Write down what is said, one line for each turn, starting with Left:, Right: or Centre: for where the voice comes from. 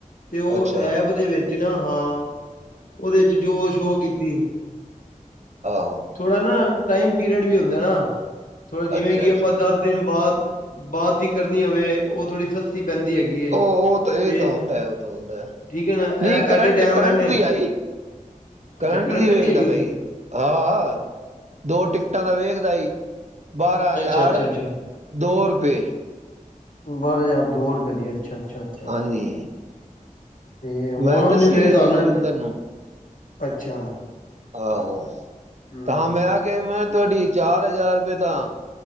Left: ਤੇ ਉਹ
Right: ਅੱਛਾ
Left: ਐਪ ਦੇ ਵਿੱਚ ਨਾ ਹਾਂ ਉਹਦੇ ਚ ਜੋ ਸ਼ੋ ਕੀਤੀ।
Right: ਆਹੋ
Left: ਥੋੜਾ ਨਾ ਟਾਈਮ ਪੀਰਅਡ ਵੀ ਹੁੰਦਾ ਨਾ। ਥੋੜਾ ਜਿਵੇਂ
Right: ਅੱਛਾ
Left: ਕਿ
Right: ਅੱਛਾ
Left: ਆਪਾਂ ਬਾ ਬਾਅਦ ਦੀ ਕਰਨੀ ਹੋਵੇ ਉਹ ਥੋੜ੍ਹੀ ਸਸਤੀ ਪੈਂਦੀ ਹੈਗੀ ਏ
Right: ਉਹ ਉਹ ਤਾਂ ਇਹ
Left: ਤੇ
Right: ਤਾਂ ਹੁੰਦਾ ਉਹ ਤਾਂ ਹੁੰਦਾ
Left: ਠੀਕ ਹੈ ਨਾ ਐ
Right: ਨਹੀਂ current
Left: at a time
Right: current
Left: ਇਹਨੇ
Right: ਦੀ ਆਈ ਕਰੰਟ
Left: ਅੱਛਾ
Right: ਦੀ ਵੇਖਦਾ
Left: ਹੈਗੀ
Right: ਪਾਈ
Left: ਸੀ
Right: ਹਾਂ ਦੋ ਟਿਕਟਾਂ ਦਾ ਵੇਖਦਾ ਈ ਬਾਰਾਂ ਹਜ਼ਾਰ
Left: ਅੱਛਾ ਅੱਛਾ
Right: ਦੋ ਰੁਪਏ।
Left: ਬਾਰ ਯਾਰ ਦੋ ਰੁਪਏ ਦੀ ਅੱਛਾ, ਅੱਛਾ, ਅੱਛਾ, ਅੱਛਾ।
Right: ਹਾਂਜੀ
Left: ਤੇ ਹੁਨ
Right: ਮੈਂ
Left: ਉਹਨੇ
Right: ਦੱਸੀ
Left: ਮੇਰੇ
Right: ਵੀ
Left: ਹਿਸਾਬ
Right: ਆਈ
Left: ਨਾਲ
Right: ਦਵਿੰਦਰ ਨੂੰ
Left: ਅੱਛਾ
Right: ਆਹੋ
Left: ਹੂੰ
Right: ਤਾਂ ਮੈਂ ਆ ਕੇਵੇੈਂ? ਤੁਹਾਡੀ ਚਾਰ ਹਜ਼ਾਰ ਰੁਪਏ ਤਾਂ,